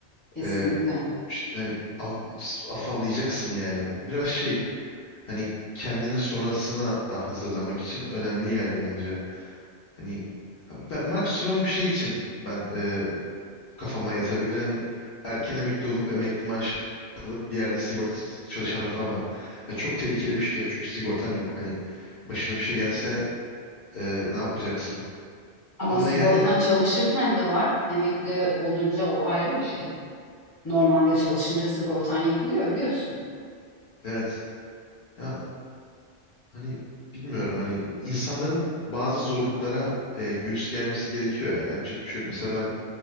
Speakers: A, on the left (about 30°); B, on the left (about 60°).
A: Kesinlikle.
B: e, ş- hani af, afallayacaksın yani. Biraz şey hani kendini sonrasına da hazırlamak için önemli yani bence. Hani ben maksimum bir şey için ben kafama yatabilir. Hani erken emekli olup emekli maaşı alıp bir yerde sigortasız çalışanlar falan var. Ya çok tehlikeli bir şey çünkü sigortan yok. Hani başına bir şey gelse e, ne yapacaksın?
A: Ama
B: Ama
A: sigortan
B: yani
A: çalışırken de var. Emekli olunca o ayrı bir şey. Normalde çalışınca sigortan yapılıyor biliyorsun.
B: evet ya hani bilmiyorum hani insanların bazı zorluklara e, göğüs gelmesi gerekiyor ya. Yapacak bir şey yok. Mesela ben